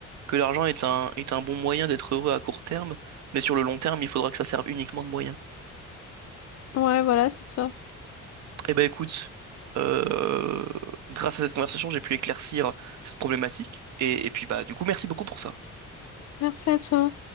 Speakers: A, on the right; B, on the left.
A: que l'argent est un, est un bon moyen d'être heureux à court terme, mais sur le long terme, il faudra que ça serve uniquement de moyen.
B: Ouais, voilà, c'est ça.
A: Eh ben, écoute, euh, grâce à cette conversation, j'ai pu éclaircir cette problématique, et, et puis, bah, du coup, merci beaucoup pour ça.
B: Merci à toi.